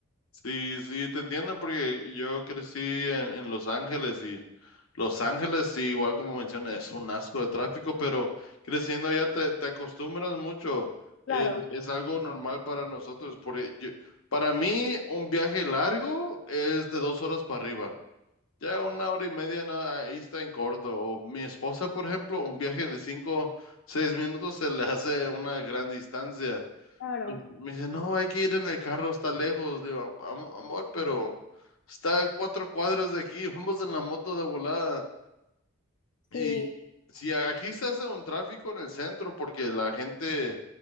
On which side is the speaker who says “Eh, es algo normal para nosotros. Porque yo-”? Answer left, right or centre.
Left